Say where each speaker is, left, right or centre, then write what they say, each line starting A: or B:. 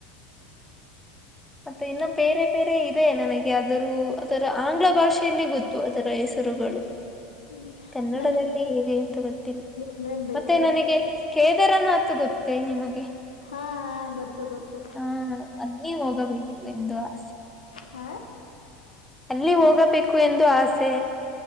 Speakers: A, on the left; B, in the centre.
A: ಹೌ
B: ಮತ್ತೆ ಇನ್ನು ಬೇರೆ ಬೇರೆ ಇದೆ ನನಗೆ ಆದರೂ ಅದರ ಆಂಗ್ಲ ಭಾಷೆಯಲ್ಲಿ ಗೊತ್ತು ಅದರ ಹೆಸರುಗಳು.
A: ಹ್ಮ್
B: ಕನ್ನಡದಲ್ಲಿ
A: ನನಗೆ
B: ಇದೆ ಅಂತ ಗೊತ್ತಿಲ್ಲ್
A: ಅಂದ್ರೆ ಬೆಟ್ಟದ
B: ಮತ್ತೆ ನನಗೆ ಕೇದಾರನಾಥ್ ಗೊತ್ತೇ ನಿಮಗೆ?
A: ಹಾ ಹಾ ಗೊತ್ತು ಗೊತ್ತು.
B: ಆ ಅಲ್ಲಿ <unintelligible>
A: ಹಾ
B: ಅಲ್ಲಿ ಹೋಗಬೇಕು ಎಂದು ಆಸೆ.